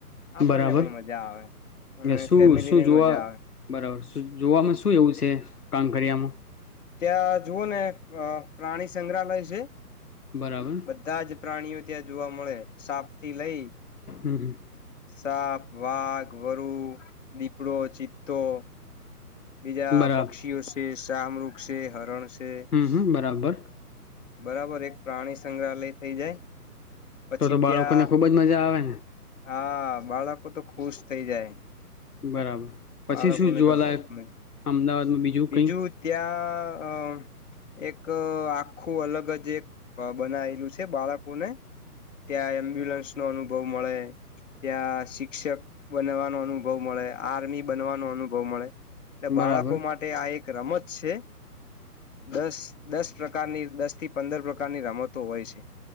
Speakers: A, on the left (about 50°); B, on the left (about 70°).
A: આપણને
B: બરાબર
A: પણ મજા આવે અને
B: શું
A: ફેમિલીને
B: શું જોવા
A: મજા આવે
B: બરાબર જોવામાં શું એવું છે કાંકરિયામાં
A: ત્યાં જુઓ ને અ પ્રાણી સંગ્રહાલય છે
B: બરાબર
A: બધા જ પ્રાણીઓ ત્યાં જોવા મળે સાપ થી લઈ
B: હમ હમ
A: સાપ વાઘ વરુ દીપડો ચિત્તો બીજા
B: બરાબર
A: પક્ષીઓ છે. ચાામૃક્ષ છે હરણ છે
B: હમ હમ બરાબર.
A: બરાબર એક પ્રાણી સંગ્રહાલય થઇ જાય. પછી
B: તો તો
A: ત્યાં
B: બાળકોને ખુબ જ મજા આવે ને
A: હા બાળકો તો ખુશ થઈ જાય
B: બરાબર પછી
A: બાળકોને
B: શું જોવાલાયક
A: તો બહ
B: અમદાવાદમાં
A: બીજું
B: કઈ
A: ત્યાં અ એક આખું અલગ જ એક બનાયલું છે બાળકોને ત્યાં એમ્બ્યુલન્સ નો અનુભવ મળે ત્યાં શિક્ષક બનાવાનો અનુભવ મળે. આર્મી બનવાનો અનુભવ મળે. એટલે
B: બરાબર
A: બાળકો માટે આ એક રમત છે દસ દસ પ્રકારની દસ થી પંદર પ્રકારની રમતો હોય છે.